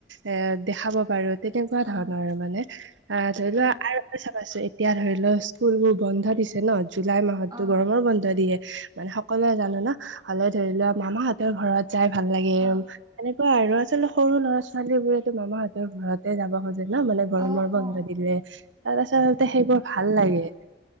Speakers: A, on the right (about 85°); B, on the right (about 20°).
A: এ দেখাব পাৰো তেনেকুৱা
B: অ',
A: ধৰণৰ আৰু মানে আ ধৰি
B: অ',
A: লোৱা আৰু চাবা আছে এতিয়া ধৰি লোৱা স্কুল বোৰ বন্ধ দিছে ন জুলাই মাহতো
B: অ',
A: গৰমৰ বন্ধ দিয়ে মানে সকলোৱে জানো ন হালে ধৰি লোৱা মামাহঁতৰ ঘৰত যাই ভাল লাগে
B: অ',
A: উ এনেকুৱা আৰু আচলতে সৰু ল'ৰা ছোৱালী বোৰেতো মামাহঁতৰ ঘৰতে যাব খোজে ন মানে
B: অ',
A: গৰমৰ
B: অ',
A: বন্ধ দিলে তাৰ আচলতে সেইবোৰ ভাল লাগে